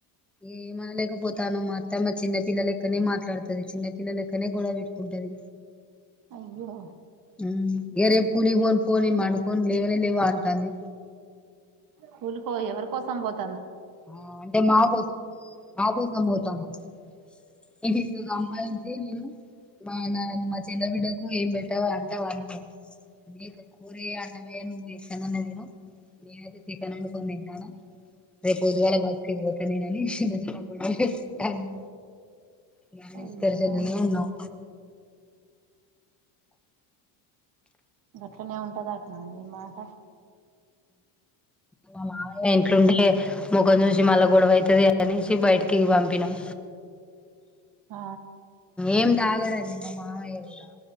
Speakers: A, in the centre; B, on the right.
A: ఏమనలేకపోతాన మాత్తమ్మా చిన్న పిల్లలెక్కనే మాట్లాడుతది. చిన్న పిల్లలెక్కనే గొడవ పెట్టుకుంటది.
B: అయ్యో
A: మ్మ్ ఏ రేపు కూలీ పోను పో నేన్ పండుకొని లేవనే లేవ అంటాంది.
B: కూలికి పో ఎవరి కోసం పోత్
A: ఆ అంటే మా కోస్ మా కోసం పోతాన్నావ్ ఇది అంత సంపాయించి నేను మా నా మా చిన్న బిడ్డకు ఏం పెట్టవ్ అంత వాన్ మీదే మేక కూరి అన్నం చేయను నువ్వు చేస్తనన్నావేమో నేనయితే చికెన్ వండుకొని తింటాను. రేపు పొద్దుగాల బస్సుకి పోతా నేను అని నిన్న గొడవ పెట్టుకుంటాంది. ఇంగ ఆ
B: అయ్యో
A: డిస్కషన్లోనే
B: రామ
A: ఉన్నాం.
B: గట్లనే ఉంటదట్నా అండి మాట
A: మా మామయ్య ఇంట్లుంటే ముఖం చూసి మళ్ళా గొడవయితది అనేసి బయటికిగ పంపినాం.
B: ఆ
A: ఏం తాగడండి మా మావయ్య కూడా